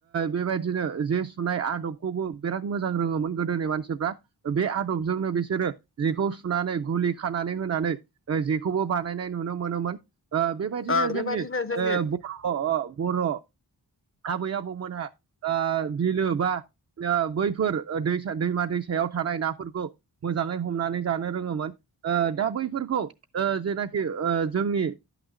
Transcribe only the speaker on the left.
ओ बेबायदिनो
जोंनि